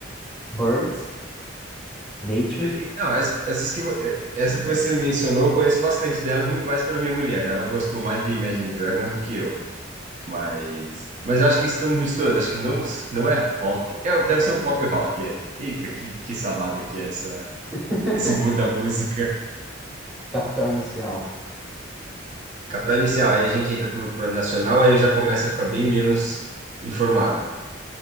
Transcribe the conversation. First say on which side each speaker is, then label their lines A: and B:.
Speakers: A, in the centre; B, on the right.
A: Birds, Nature,
B: E- e- Não, es- essas que, vo- eh, essa que você mencionou, eu conheço bastante delas, muito mais pela minha mulher. Ela gostou mais de Imagine Dragons do que eu. Mas, mas eu acho que estamos misturando. Acho que não, não é rock. É, deve ser um pop rock, é. Eita, que, que salada que é essa,
A: <laughs>
B: esse mundo da música.
A: Capital Inicial.
B: Capital inicial, aí a gente entra pro plano nacional, aí eu já começo a ficar bem menos informado.